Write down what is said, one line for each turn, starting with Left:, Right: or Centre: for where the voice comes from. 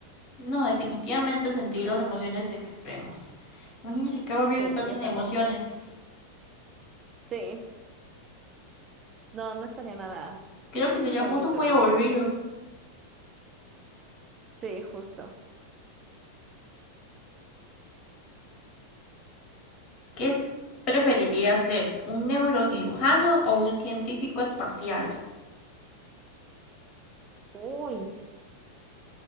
Left: No, definitivamente sentir las emociones extremas. Imagínense qué aburrido
Right: Sí,
Left: estar sin
Right: yo también.
Left: emociones.
Right: Sí, no, no estaría nada
Left: Creo que sería
Right: bonito
Left: un mundo muy
Right: vivir
Left: aburrido.
Right: así. Sí, justo.
Left: ¿Qué preferiría ser? ¿Un neurocirujano o un científico espacial?
Right: Uy,